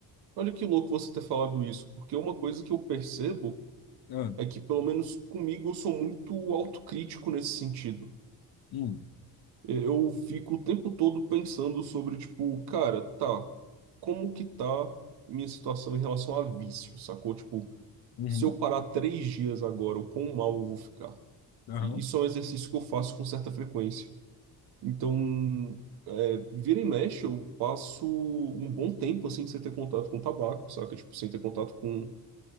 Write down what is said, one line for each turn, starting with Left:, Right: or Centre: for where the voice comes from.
Right: olha que louco você ter falado isso, porque uma coisa que eu percebo
Left: Ah,
Right: é que, pelo menos comigo, eu sou muito autocrítico nesse sentido.
Left: hum,
Right: E- Eu fico o tempo todo pensando sobre, tipo, cara, tá, como que tá minha situação em relação a vício, sacou? Tipo,
Left: uhum,
Right: se eu parar três dias agora, o quão mal eu vou ficar?
Left: aham,
Right: E isso é um exercício que eu faço com certa frequência. Então, é, vira e mexe, eu passo um bom tempo assim sem ter contato com tabaco, saca? Tipo, sem ter contato com.